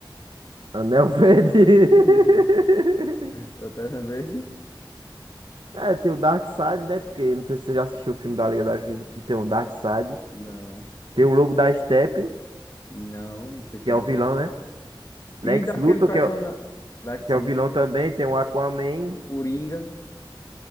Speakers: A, on the right; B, on the left.
A: Anel Verde.
B: <laughs>
A: <laughs>
B: Lanterna Verde?
A: É, tem o Darkseid, né? Porque não sei se você já assistiu o filme da Liga da Justiça que tem o Darkseid.
B: Não.
A: Tem o Lobo da Estepe,
B: Não, não sei quem
A: que é o vilão,
B: é.
A: né? Lex
B: E daquele
A: Luthor,
B: personagem.
A: que é, o-
B: Lex
A: que é
B: Luthor,
A: o vilão também. Tem o Aquaman.
B: Coringa.